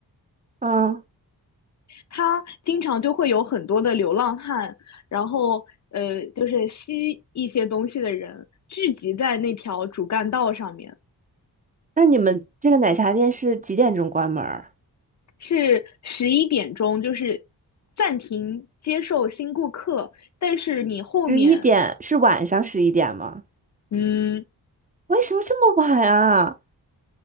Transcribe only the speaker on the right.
嗯，
那你们这个奶茶店是几点钟关门儿？
十一点，是晚上十一点吗？
为什么这么晚啊？